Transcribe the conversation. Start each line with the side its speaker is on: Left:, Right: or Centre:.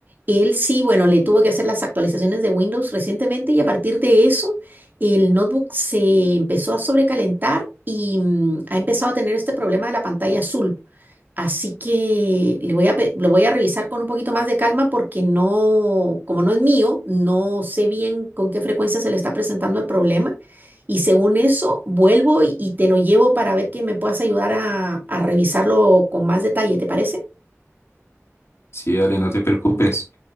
Right: él sí, bueno, le tuvo que hacer las actualizaciones de Windows recientemente y a partir de eso el notebook se empezó a sobrecalentar y mm, ha empezado a tener este problema de la pantalla azul. Así que le voy a, pe- lo voy a revisar con un poquito más de calma porque no, como no es mío, no sé bien con qué frecuencia se le está presentando el problema. Y según eso, vuelvo y, y te lo llevo para ver que me puedas ayudar a, a revisarlo con más detalle, ¿te parece?
Left: Sí, dale, no te preocupes.